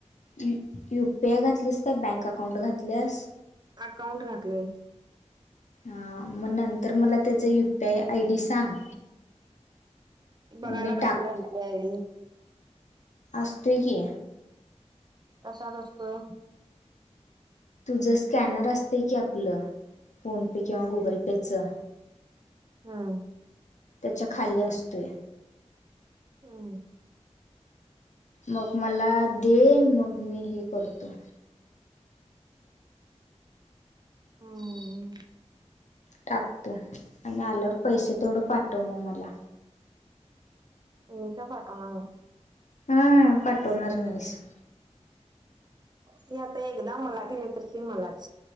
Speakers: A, on the left; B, on the right.
A: यु यु पी आय घातलीस काय बँक अकाऊंट घातल्यास?
B: अकाउंट घातलय.
A: हां मग नंतर मला त्याचं यू पी आय डी सांग.
B: बघायला
A: मी
B: पाहि
A: टाक
B: <unintelligible> यू पी आय डी.
A: आसतोय की.
B: कशात असतोय?
A: तुझं स्कॅनर असतेय की आपलं फोन पे किंवा गुगल पे चं.
B: हम्म.
A: त्याच्या खाली असतोया.
B: हम्म.
A: मग मला दे मग मी हे करतो.
B: हम्म.
A: टाकतो आण आल्यावर पैसे तेवड पाठव मगं मला.
B: मी का पाठवणार?
A: हम्म पटवणार नाहीसं.
B: ती आता एकदा मला दिले तर ते मलाच.